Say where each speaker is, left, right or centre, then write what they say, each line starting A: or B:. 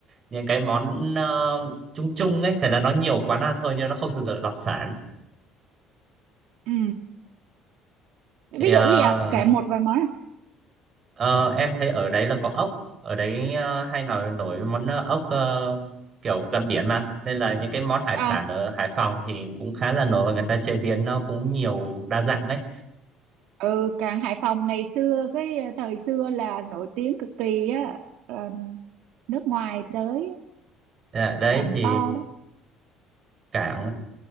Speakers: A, on the right; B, on the right.
A: những cái món ờ, chung chung ấy, thế là nó nhiều quán ăn thôi nhưng nó không thực sự là đặc sản.
B: ừ ví
A: thì ờ,
B: dụ gì à kể một vài món à
A: Ờ, em thấy ở đấy là có ốc ở đấy ờ, hay nổi nổi món ờ, ốc ờ, kiểu gần biển mà nên là những cái món hải
B: À,
A: sản ở Hải Phòng thì cũng khá là nổi và người ta chế biến nó cũng nhiều đa dạng đấy
B: ừ cảng Hải Phòng ngày xưa cái ờ, thời xưa là nổi tiếng cực kỳ á là nước ngoài tới á,
A: Dạ, đấy
B: cảng
A: thì
B: to đó
A: cảng